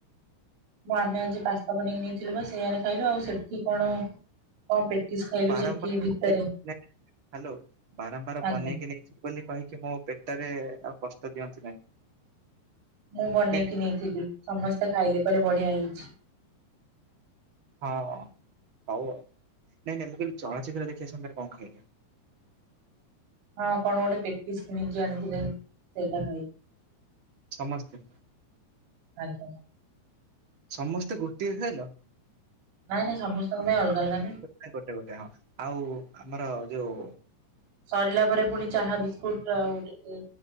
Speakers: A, on the right (about 85°); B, on the right (about 45°).
A: ନାଁ ଆମେ ଆଜି ପାସ୍ତା ବନେଇକି ନେଇଥିଲୁ ବା, ସେଇଆରେ ଖାଇଲୁ ଆଉ। ଆଉ ସେଠି କଣ କଣ ପେଟିସ୍ ଖାଇଲୁ
B: ବାରମ୍ବାର
A: ସେଠି ଭିତରେ,
B: ବନେଇ ହ୍ୟାଲୋ ବାରମ୍ବାର
A: ଆଜ୍ଞା।
B: <unintelligible> ବୋଲି କହିକି ମୋ ପେଟରେ ଆଉ କଷ୍ଟ ଦିଅନ୍ତୁ ନାହିଁ।
A: ମୁଁ ବନେଇକି
B: ନାଇଁ
A: ନେଇଥିଲି, ସମସ୍ତେ ଖାଇଲେ କହିଲେ ବଢିଆ ହେଇଛି।
B: ହଁ ହଉ ଆଉ, ନାଇଁ ନାଇଁ ମୁଁ କହିଲି ଚଳଚିତ୍ର ଦେଖିବା ସମୟରେ କଣ ଖାଇଲେ?
A: ହଁ କଣ ଗୋଟେ ପେଟିସ୍ କିଣିକି ଆଣିଥିଲେ, ସେଇଟା ଖାଇ
B: ସମସ୍ତେ?
A: ଆଜ୍ଞା।
B: ସମସ୍ତେ ଗୋଟିଏ ଖାଇଲ?
A: ନାଇଁ ନାଇଁ ସମସ୍ତଙ୍କ ପାଇଁ ଅଲଗା ଅଲଗା ନା।
B: ନାଇଁ ଗୋଟେ ଗୋଟେ ହଁ, ଆଉ ଆମର ଯୋଉ
A: ସରିଲା ପରେ ଫୁଣି, ଚାହା ବିସ୍କୁଟ ଆଉ ଟିକେ